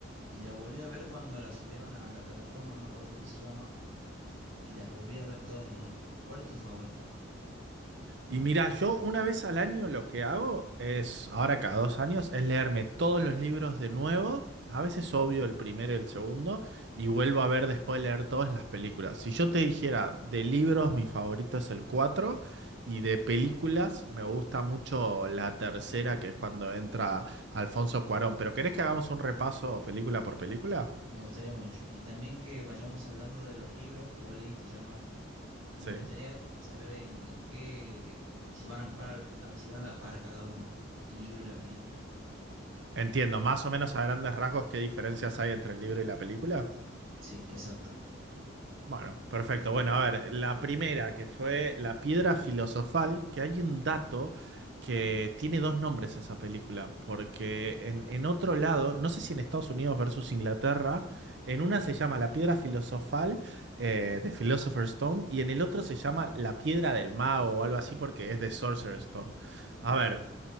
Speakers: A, on the right; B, on the right.
A: y la volví a ver cuando la subieron a la plataforma, no me acuerdo cómo se llama, y las volví a ver todas de nuevo. ¿Cuál es tu favorita?
B: Y mira, yo una vez al año lo que hago es, ahora cada dos años, es leerme todos los libros de nuevo. A veces obvio el primero y el segundo, y vuelvo a ver después de leer todas las películas. Si yo te dijera de libros, mi favorito es el 4 y de películas me gusta mucho la tercera, que es cuando entra Alfonso Cuarón. Pero ¿querés que hagamos un repaso película por película?
A: Me gustaría mucho. Y también que vayamos hablando de los libros que vos leíste y yo no. Y
B: Sí.
A: me gustaría saber en, en qué, si van a, par- a- si van a la par cada una, el libro y la película.
B: Entiendo, más o menos a grandes rasgos qué diferencias hay entre el libro y la película.
A: Sí, exacto.
B: Bueno, perfecto. Bueno, a ver, la primera que fue La Piedra Filosofal, que hay un dato que tiene dos nombres esa película, porque en, en otro lado, no sé si en Estados Unidos versus Inglaterra, en una se llama La Piedra Filosofal eh, de Philosopher's Stone y en el otro se llama La Piedra del Mago o algo así porque es de Sorcerer's Stone. A ver.